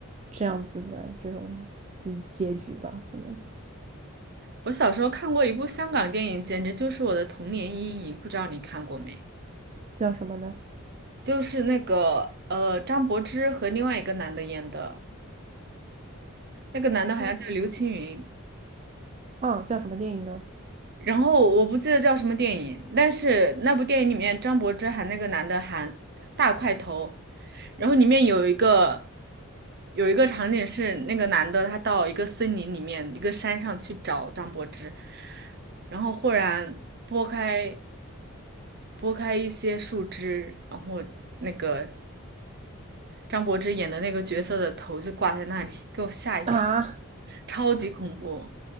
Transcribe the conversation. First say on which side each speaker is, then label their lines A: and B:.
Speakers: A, on the right; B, on the right.
A: 这样子的这种结结局吧，可能
B: 我小时候看过一部香港电影，简直就是我的童年阴影，不知道你看过没？
A: 叫什么呢？
B: 就是那个呃，张柏芝和另外一个男的演的。那个男的好像叫刘青云，
A: 张啊，叫什么电影呢？
B: 然后我不记得叫什么电影，但是那部电影里面张柏芝喊那个男的喊大块头，然后里面有一个有一个场景是那个男的他到一个森林里面一个山上去找张柏芝，然后忽然拨开拨开一些树枝，然后那个张柏芝演的那个角色的头就挂在那里，给我吓一跳，
A: 啊，
B: 超级恐怖。